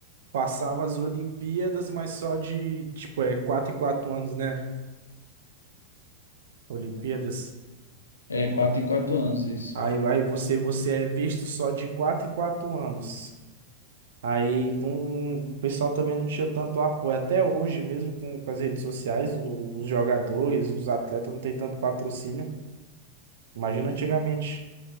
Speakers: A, on the right (about 60°); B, on the left (about 80°).
A: passava as Olimpíadas, mas só de, tipo, é 4 e 4 anos, né? Olimpíadas.
B: É, 4 em 4 anos isso.
A: Aí, aí você, você é visto só de 4 e 4 anos. Aí não- não- o pessoal também não tinha tanto apoio. Até hoje, mesmo com, com as redes sociais, o- os jogadores, os atletas não têm tanto patrocínio. Imagina antigamente.